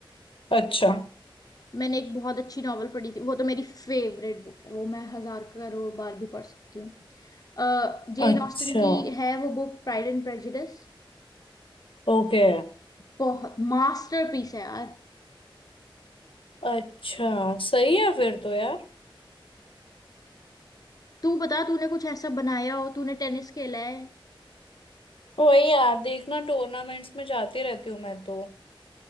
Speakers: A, on the left (about 75°); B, on the left (about 45°).
A: अच्छा
B: मैंने एक बहुत अच्छी नॉवल पढ़ी थी वो तो मेरी फेवरेट बुक है वो मैं हजार करोड़ बार भी पढ़ सकती हूँ जेन
A: अच्छा
B: ऑस्टन की है वो बुक प्राइड एंड प्रेजुडिस
A: ओके
B: बहुत मास्टरपीस है यार
A: अच्छा सही है फिर तो यार
B: तू बता तूने कुछ ऐसा बनाया हो तूने टेनिस खेला है
A: वही यार देखना टूर्नामेंट्स में जाती रहती हूँ मैं तो